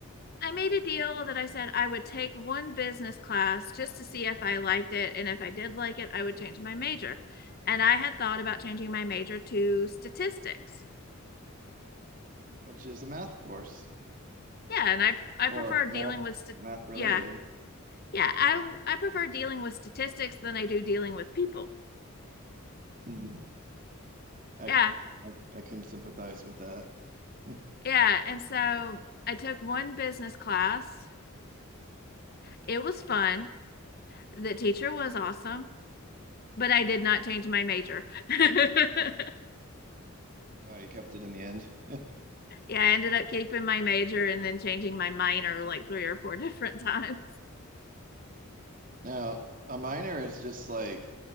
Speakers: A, on the left; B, on the right.
A: I made a deal that I said I would take one business class just to see if I liked it and if I did like it, I would change my major. And I had thought about changing my major to statistics.
B: which is a math course
A: Yeah, and I I
B: or
A: prefer dealing
B: math
A: with st-
B: math related.
A: yeah. Yeah, I I prefer dealing with statistics than I do dealing with people.
B: <laughs> I, I
A: Yeah,
B: I can sympathize with that. <laughs>
A: Yeah. And so I took one business class. It was fun. The teacher was awesome, but I did not change my major. <laughs> yeah.
B: Oh, you kept it in the end. <laughs>
A: I ended up keeping my major and then changing my minor like three or four <laughs> different times.
B: Now, a minor is just like,